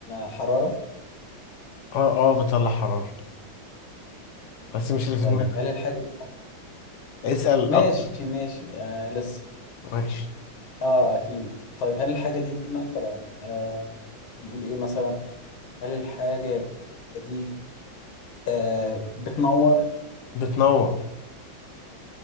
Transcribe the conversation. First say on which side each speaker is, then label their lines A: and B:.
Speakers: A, on the left; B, on the left.
A: حرارة
B: اه اه بتطلع حرارة بس مش اللي
A: طيب
B: في دماغك
A: هل الحاجة دي
B: اسأل
A: ماشي
B: أكتر
A: ماشي آه لسه
B: ماشي
A: اه اكيد طيب هل الحاجة دي مثلا آه نقول ايه مثلا هل الحاجة دي آه بتنور
B: بتنور